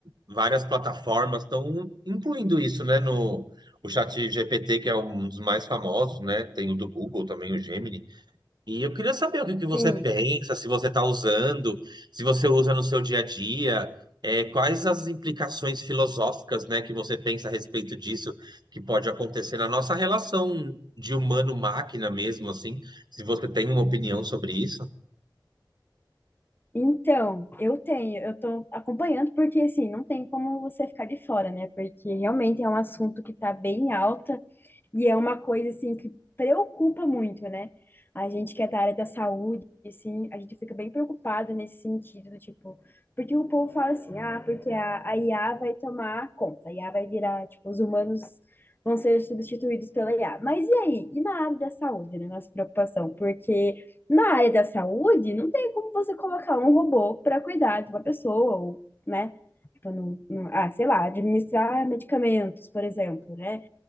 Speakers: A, on the right (about 60°); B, on the left (about 25°).
A: Várias plataformas estão incluindo isso, né? No o chat GPT, que é um dos mais famosos, né? Tem o do Google também, o Gemini. E eu queria saber o que que você
B: sim.
A: pensa, se você está usando, se você usa no seu dia a dia, é, quais as implicações filosóficas, né, que você pensa a respeito disso, que pode acontecer na nossa relação de humano-máquina mesmo, assim, se você tem uma opinião sobre isso.
B: Então, eu tenho, eu tô acompanhando porque assim, não tem como você ficar de fora, né? Porque realmente é um assunto que tá bem alta E é uma coisa, assim, que preocupa muito, né? A gente que é da área da saúde, assim, a gente fica bem preocupado nesse sentido, do tipo, porque o povo fala assim, ah, porque a, a IA vai tomar conta, a IA vai virar, tipo, os humanos vão ser substituídos pela IA. Mas e aí? E na área da saúde, né? Nossa preocupação, porque na área da saúde não tem como você colocar um robô para cuidar de uma pessoa, ou, né? Tipo, não, não- ah, sei lá, administrar medicamentos, por exemplo, né?